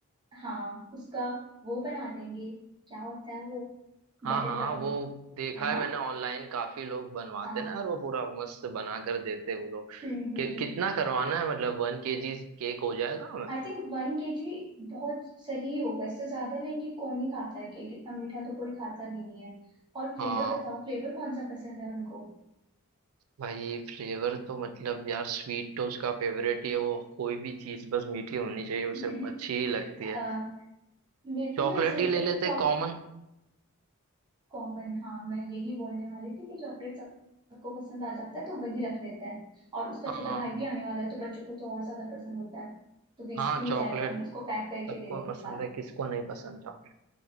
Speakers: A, on the right; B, on the right.
A: हाँ उसका वो बना देंगे क्या होता है वो
B: हाँ
A: बैटल
B: हाँ
A: ग्राउंड
B: वो देखा
A: है
B: है
A: ना
B: मैंने ऑनलाइन काफी लोग बनवाते
A: हाँ
B: हैं ना यार वो पूरा मस्त बना कर देते हैं वो लोग
A: हम्म हम्म
B: कि, कितना करवाना है मतलब वन केजी केक हो जाएगा हमें
A: आई थिंक वन केजी बहुत सही होगा इससे ज्यादा लेंगे कौन ही खाता है केक इतना मीठा तो कोई खाता भी नहीं है और
B: हाँ
A: फ्लेवर बताओ फ्लेवर कौन सा पसंद है उनको
B: भाई फ्लेवर तो मतलब यार स्वीट तो उसका फेवरेट ही है वो कोई भी चीज बस मीठी होनी चाहिए उसे
A: <laughs>
B: अच्छी ही लगती
A: अ,
B: है
A: मेरे को
B: चॉकलेट
A: ना ऐसा लगता
B: ही ले
A: है
B: लेते
A: कि चॉकलेट
B: कॉमन
A: कॉमन हाँ मैं यही बोलने वाली थी कि चॉकलेट सबको पसंद आ जाता है तो वही रख लेते हैं और उसका
B: हाँ
A: छोटा भाई भी आने वाला है तो बच्चों को तो और ज्यादा पसंद होता है तो वेस्ट
B: हाँ
A: भी नहीं
B: चॉकलेट
A: जाएगा हम उसको पैक करके
B: सबको
A: दे देंगे
B: पसंद
A: साथ
B: है किसको
A: में
B: नहीं पसंद चॉकलेट